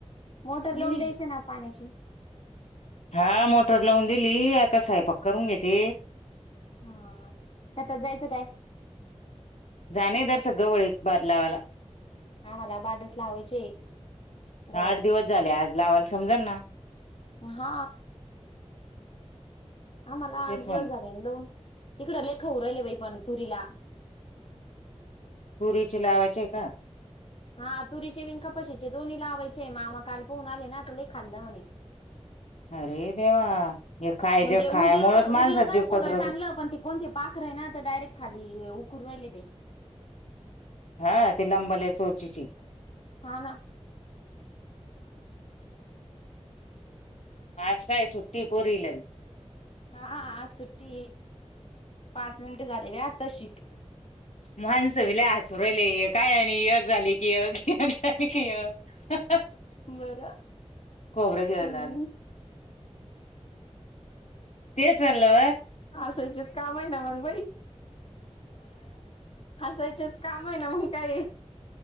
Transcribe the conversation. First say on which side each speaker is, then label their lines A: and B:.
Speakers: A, on the left; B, on the left.
A: मोटर
B: <unintelligible>
A: लावून द्यायचं ना पाण्याची.
B: हा मोटर लावून दिली आता स्वयंपाक करून घेेते
A: हा सतत जायचं काय
B: जाणेदर सग ळं वळत बदलावाला
A: हा मला बादच लावायचे गवाळ्यात.
B: आठ दिवस झाले आज लावायला समजण ना
A: हा आम्हाला आठ
B: तेच
A: दिवस
B: म्हण
A: झाले दोन तिकड लेखऊ राहिले बाई पण सुरला
B: पुरीचे लावायचे आहे का
A: हा तुरीचे बिन कपाशीचे दोन्ही लावायचे मामा काल पोहून आले ना आ खाल्ल म्हणे
B: अरे देवा हे खायच्या
A: म्हणजे
B: खायामुळेच
A: उगल
B: माणसात
A: उगल गल
B: जीव कदरतो.
A: सगळं चांगलं पण त कोणती पाख र आहे ना तर डायरेक्ट खाली उकरू राहिले ते
B: हा ती लंबल आहे चोरचीची
A: हा ना
B: आज काय सुट्टी पोरीला
A: हा सुट्टी पाच मिनिट झाली बाई आता शिक
B: माणस बी लई हसू राहिले काय नाही एक झाली की एक झाली की यग
A: बरं
B: खोबरं गिळलं
A: हम्
B: दादा तेच म्हणलो
A: हासायचेच काम आहे ना मग बाई हासायचेच काम आहे ना मग काय